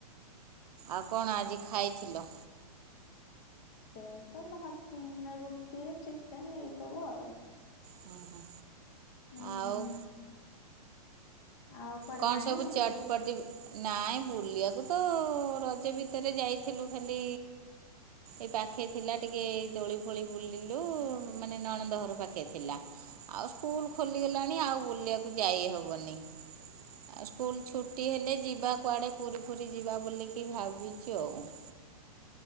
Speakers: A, on the right (about 70°); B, on the left (about 35°).
A: ଆଉ କଣ ଆଜି ଖାଇଥିଲ?
B: <unintelligible> ରୁଟି ଚିକେନ ଏଇ ସବୁ ଆଉ
A: ହୁଁ ହୁଁ
B: ହୁଁ
A: ଆଉ
B: ଆଉ କୁଆଡେ
A: କ'ଣ
B: ଯାଇନ
A: ସବୁ ଚଟପଟି
B: ବୁଲିବା ପାଇଁ?
A: ନାଇଁ ବୁଲିବାକୁ ତ ରଜ ଭିତରେ ଯାଇଥିଲୁ ଖାଲି ଏ ପା ଖେ ଥିଲା ଟିକେ ଏଇ ଦୋଳି ଫୋଳି ବୁଲି ଲୁ ମାନେ ନଣନ୍ଦ ଘର ପାଖେ ଥିଲା ଆଉ ସ୍କୁଲ ଖୋଲିଗଲାଣି ଆଉ ବୁଲିଆକୁ ଯାଇ ହବନି। ଆଉ ସ୍କୁଲ ଛୁଟି ହେଲେ ଯିବା କୁଆଡେ ପୁରୀ ଫୁରୀ ଯିବା ବୋଲିକି ଭାବିଚୁ ଆଉ <inaudible>